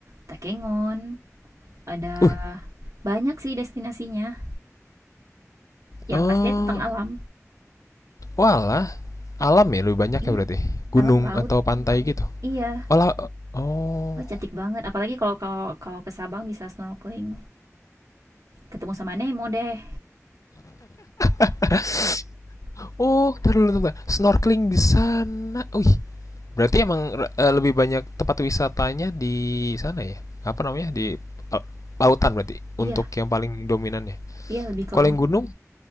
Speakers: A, on the right; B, on the left.
A: Takengon, ada
B: uh
A: banyak sih destinasinya. Yang
B: oh
A: pastinya tentang
B: Ya.
A: alam.
B: walah alam ya lebih banyak
A: Iya,
B: ya berarti gunung
A: alam laut.
B: atau pantai gitu
A: Iya,
B: walah oh
A: oh, cantik banget. Apalagi kalau kalau kalau ke Sabang bisa snorkeling, ketemu sama Nemo deh.
B: <laughs> Oh, taruh dulu Snorkeling di sana. Wih, berarti emang eh, lebih banyak tempat wisatanya di sana ya? Apa namanya? Di eh, lautan berarti
A: Iya,
B: untuk yang paling dominannya.
A: iya lebih ke
B: Kalau
A: laut.
B: yang gunung,